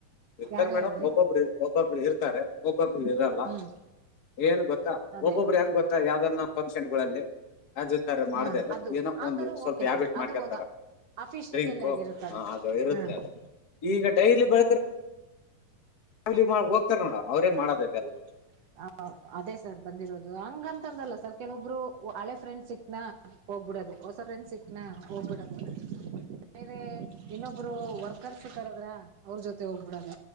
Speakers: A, on the left; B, on the right.
A: ಇರ್ತಾರೆ
B: ಯಾರೇ
A: ಮೇಡಮ್
B: ಆಗ್ಲಿ
A: ಒಬ್ಬೊಬ್ಬರು ಒಬ್ಬೊಬ್ರು ಇರ್ತಾರೆ ಒಬ್ಬೊಬ್ರ್ ಇರಲ್ಲಾ.
B: ಹ್ಮ್
A: ಏನ್ ಗೊತ್ತಾ
B: ಅದೇ
A: ಒಬ್ಬೊಬರು ಹೆಂಗ ಗೊತ್ತಾ ಯಾವ್ದನ್ನ ಫಂಕ್ಷನ್ ಗೊಳಲ್ಲಿ. ಯ ಮಾಡ್ದ
B: ಹಾ ಅದು
A: ಏನೋ
B: ಆತರ
A: ಒಂದ್ ಸ್ವಲ್ಪ
B: ಓಕೆ
A: ಹ್ಯಾಬಿಟ್
B: ಸರ್
A: ಮಾಡ್ಕೊಂಡ್
B: ಅದು ಒಂದು
A: ತಾರೆ
B: ಅಫಿಷಿಯಲ್
A: ಡ್ರಿಂಕು
B: ಆಗಿರುತ್ತದೆ
A: ಹಾ ಅದು ಇರುತ್ತೆ
B: ಹಾ
A: ಅದು ಈಗ ಡೈಲಿ ಬ ಡೈಲಿ ಹೋಗ್ತಾರೆ ನೋಡ ಅವ್ರೇ ಮಾಡೋಡಿದೆಲ್ಲಾ.
B: <inaudible> ಹ ಅದೇ ಸರ್ ಬಂದಿರೋದು ಹಂಗಂತಂದ್ರಲ್ಲ ಸರ್ ಕೆಲವೊಬ್ರು ಹಳೆ ಫ್ರೆಂಡ್ಸ್ ಸಿಕ್ನಾ. ಹೋಗ್ಬಿಡದೆೇ ಹೊಸ್ರನ್ ಸಿಕ್ನಾ ಹೋಗ್ಬಿಡದೆ. ಬೇರೆ ಇನ್ನೊಬ್ರು ವರ್ಕ್ಸ್ ಇದ್ದಾರಲ್ಲಾ. ಅವ್ರ ಜೊತೆ ಹೋಗ್ಬಿಡದ